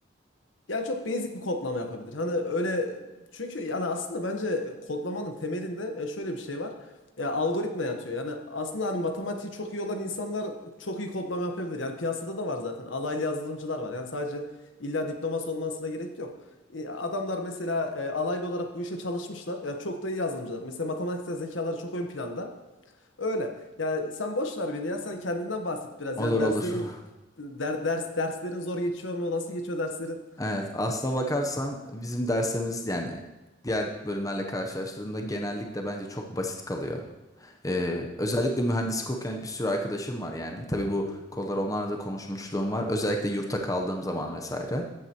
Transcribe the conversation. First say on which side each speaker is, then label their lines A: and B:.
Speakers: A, on the left (about 80°); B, on the left (about 20°).
A: Ya çok basic bir kodlama yapabilir. Hani öyle çünkü yani aslında bence kodlamanın temelinde e, şöyle bir şey var. Ya algoritma yatıyor. Yani aslında hani matematiği çok iyi olan insanlar çok iyi kodlama yapabilir. Yani piyasada da var zaten. Alaylı yazılımcılar var. Yani sadece illa diploması olmasına gerek yok. E, Adamlar mesela e, alaylı olarak bu işe çalışmışlar. Ya çok da iyi yazılımcılar. Mesela matematiksel zekaları çok ön planda. Öyle. Yani sen boş ver beni ya. Sen kendinden bahset biraz.
B: Olur
A: Yani derslerin
B: olur. <laughs>
A: der, ders derslerin zor geçiyor mu? Nasıl geçiyor derslerin?
B: Evet, aslına bakarsan bizim dersimiz yani diğer bölümlerle karşılaştırdığında genellikle bence çok basit kalıyor. Ee, özellikle mühendislik okuyan bir sürü arkadaşım var yani. Tabii bu konuları onlarla da konuşmuşluğum var. Özellikle yurtta kaldığım zaman vesaire.